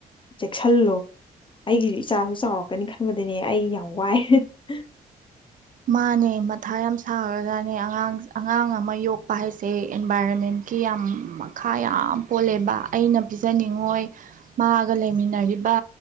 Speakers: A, on the left (about 30°); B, on the right (about 55°).
A: ꯆꯦꯛꯁꯤꯜꯂꯨ ꯑꯩꯒꯤꯁꯨ ꯏꯆꯥꯁꯨ ꯆꯥꯎꯔꯛꯀꯅꯤ ꯈꯟꯕꯗꯅꯦ ꯑꯩ ꯌꯥꯝ ꯋꯥꯏ ꯍꯝ
B: ꯃꯥꯅꯦ ꯃꯊꯥ ꯌꯥꯝ ꯁꯥꯔꯒꯅꯦ ꯑꯉꯥꯡ ꯑꯉꯥꯡ ꯑꯃ ꯌꯣꯛꯄ ꯍꯥꯏꯁꯦ ꯏꯟꯚꯥꯏꯔꯣꯟꯃꯦꯟꯀꯤ ꯌꯥꯝ ꯃꯈꯥ ꯌꯥꯝ ꯄꯣꯜꯂꯦꯕ ꯑꯩꯅ ꯄꯤꯖꯅꯤꯡꯉꯣꯏ ꯃꯥꯒ ꯂꯩꯃꯤꯟꯅꯔꯤꯕ